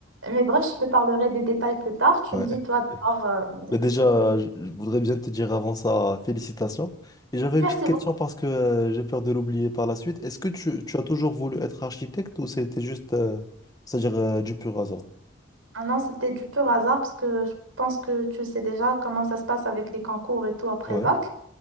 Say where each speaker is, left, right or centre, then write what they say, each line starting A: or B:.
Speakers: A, on the right; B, on the left.
A: Mais bref, je te parlerai des détails plus tard. Tu
B: Ouais.
A: me dis, toi, d'abord, euh,
B: Mais
A: ce
B: déjà,
A: que tu fais.
B: je je voudrais bien te dire avant ça, félicitations. Et j'avais
A: Merci
B: une petite question
A: beaucoup.
B: parce que euh, j'ai peur de l'oublier par la suite. Est-ce que tu, tu as toujours voulu être architecte ou c'était juste, euh, c'est-à-dire euh, du pur hasard?
A: Ah non, c'était du pur hasard parce que je pense que tu sais déjà comment ça se passe avec les concours et tout après
B: Ouais.
A: le bac.